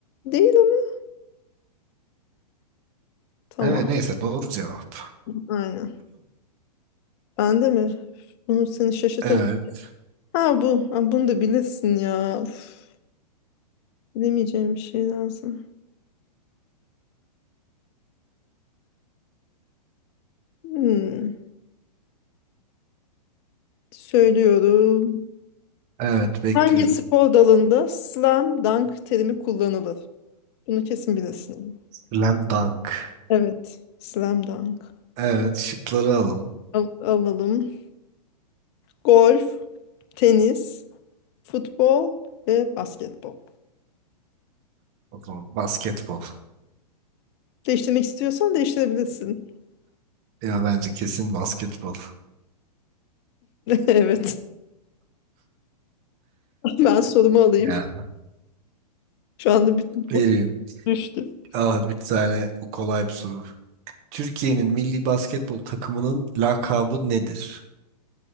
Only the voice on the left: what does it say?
değil ama. Tamam
aynen. Ben de mi? Bunu seni şaşırtacak.
Ha bu. Ha, bunu da bilirsin ya. Uf, bilemeyeceğim bir şey lazım. Hmm, Söylüyorum.
Hangi spor dalında slam dunk terimi kullanılır? Bunu kesin bilirsin.
Evet. Slam dunk.
Al- alalım. Golf, tenis, futbol ve basketbol.
Değiştirmek istiyorsan değiştirebilirsin. <laughs>
Evet. Ben sorumu alayım.
Şu anda bütün
boş düştü.